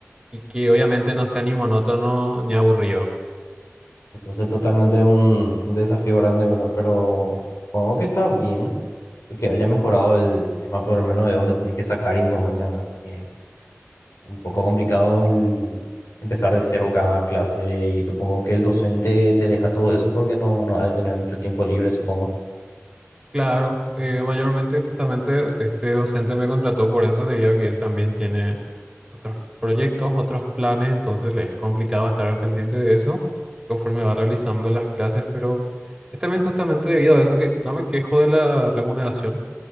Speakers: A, on the right; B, on the left.
A: y que obviamente no sea ni monótono ni aburrido.
B: Entonces, totalmente un, un desafío grande, ¿verdad? Pero supongo que está bien el que haya mejorado el tema, por lo menos de dónde tenés que sacar información, ¿verdad? Porque un poco complicado el empezar de cero cada clase y supongo que el docente te deja todo eso porque no, no ha de tener mucho tiempo libre, supongo.
A: Claro, eh, mayormente justamente este docente me contrató por eso, debido a que él también tiene otros proyectos, otros planes, entonces le es complicado estar al pendiente de eso conforme va realizando las clases, pero es también justamente debido a eso que no me quejo de la remuneración.